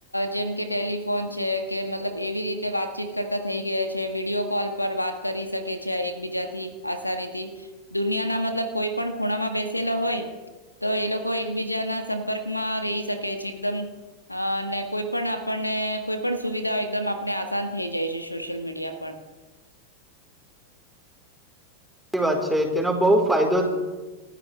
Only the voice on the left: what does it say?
જેમ કે ટેલિફોન છે કે મતલબ એવી રીતે વાતચીત કરતા થઈ ગયા છે વિડીિયો કોલ પર વાત કરી શકે છે એકબીજાથી આસાનીથી દુનિયાના મતલબ કોઈ પણ ખૂણામાં બેસેલા હોય. તો એ લોકો એકબીજાના સંપર્કમાં રહી શકે છે એકદમ અને કોઈ પણ આપણને કોઈ પણ સુવિધા એકદમ આપણે આસાન થઈ જાય છે સોશિયલ મીડિયા પર.